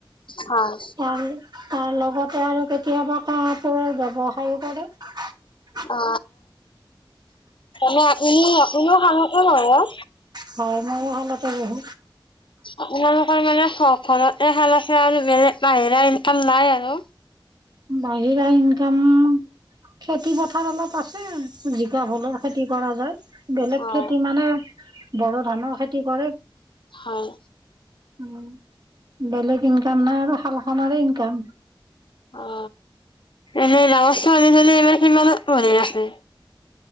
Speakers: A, on the left; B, on the right.
A: হয়,
B: তাৰ তাৰ লগতা আৰু কেতিয়াবা কাপোৰৰ ব্যৱসায়ো কৰে।
A: অ মানে আপুনি আপুনিও খাল কোন হয় বাও।
B: হয় মইো ভালতে বহু
A: আপোনালোকৰ মানে হওক ঘৰতে এ খেলা খেল আৰু বেলেগ বাহিৰা এনেকাম নাই আৰু।
B: বাহিৰা ইনকাম খেতি পথাৰ অলপ আছে। উ জিকা হলৰ খেতি কৰা যায় বেলেগ
A: অ',
B: খেতি মানে। বড়ো ধানৰ খেতি কৰে।
A: হয়।
B: উম। বেলেগ ইনকাম নাই আৰু খালা আমাৰ ইনকাম
A: অ এনে লগৰ ছোৱালী এবাৰ। কিমানত পঢ়ি আছে।